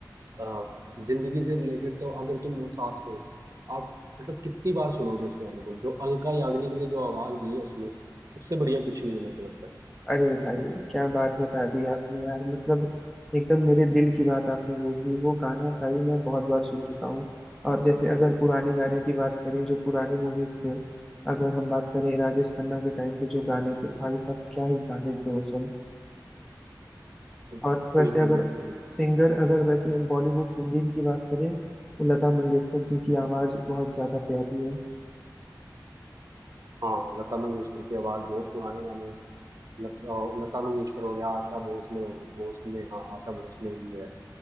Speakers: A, on the right; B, in the centre.
A: आ, जिंदगी से रिलेटेड तो अगर तुम साथ हो आप मतलब कितनी बार सुनोगे उस गाने को जो अलका याग्निक ने जो आवाज दी है उसमें उससे बढ़िया कुछ नहीं है मेरे को लगता
B: अरे भाई क्या बात बता दी आपने यार मतलब एकदम मेरे दिल की बात आपने बोल दी वो गाना भाई मैं बहुत बार सुन चुका हूँ और जैसे अगर पुराने गाने की बात करें जो पुराने मूवीज थे अगर हम बात करें राजेश खन्ना के टाइम पे जो गाने थे भाई साहब क्या ही गाने थे वो सब
A: है
B: और वैसे
A: बिल्कुल
B: अगर
A: बिल्कुल बिल्कुल।
B: सिंगर अगर वैसे बॉलीवुड सिंगिंग की बात करें तो लता मंगेशकर जी की आवाज बहुत ज्यादा प्यारी है
A: हाँ लता मंगेशकर की आवाज बहुत पुराने गाने हैं लत, अ, लता मंगेशकर हो गया आशा भोसले हो गई भोसले हाँ आशा भोसले ही है